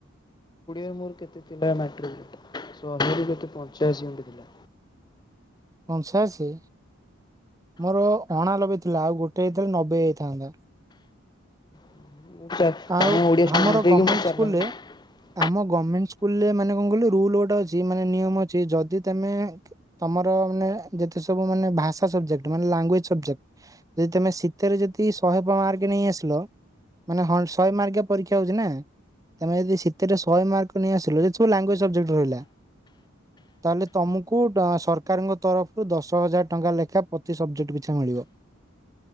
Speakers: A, on the left; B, on the right.
A: ତୁମର କେତେ ଥିଲା ମାଟ୍ରିକ ରେଶହେ ରୁ କେତେ ପଂଚାଅଶୀ ଏମତି ଥିଲା।
B: ପଞ୍ଚାଅଶୀ ମୋର ଅଣା ଲବେଥିଲା ଆଉ ଗୋଟେ ହେଇଥିଲା ନବେ ହେଇଥାନ୍ତା।
A: ମୁ ତା ଓଡ଼ିଆ
B: ଆଉ
A: ଷ୍ଟୁଡେଣ୍ଟ
B: ଆମର
A: ହେଇ
B: ଗଭର୍ଣ୍ଣମେଣ୍ଟ
A: କି
B: ସ୍କୁଲରେ
A: ମୁଁ ଚା
B: ଆମ ଗମେଣ୍ଟ ସ୍କୁଲରେ ମାନେ କଣ କହିଲୁ ରୁଲ୍ ଗୋଟେ ଅଛି ମାନେ ନିୟମ ଅଛି ଯଦି ତମେ ତମ ତ ମାନେ ଯେତେ ସବୁ ମାନେ ଭାଷା ସବଜେଟ ମାନେ ଲାଙ୍ଗୁଏଜ୍ ସବଜେଟ ଯଦି ତମେ ସେଥିରେ ଯଦି ଶହେ ମାର୍କ ନେଇଆସିଲ ମାନେ ହନ ଶହେ ମାର୍କିଆ ପରୀକ୍ଷା ହଉଚି ନା ତମେ ଯଦି ସେଥିରେ ଶହେ ମାର୍କ ନେଇଆସିଲ ଯେତେ ସବୁ ଲାଙ୍ଗୁଏଜ୍ ସବ୍ଜେଟ୍ ରହିଲା ତାହେଲେ ତମକୁ ସର୍ କାରଙ୍କ ତରଫରୁ ଦଶ ହଜାର ଟଙ୍କା ଲେଖା ପ୍ରତି ସବଜେକ୍ଟ ପିଛା ମିଳିବ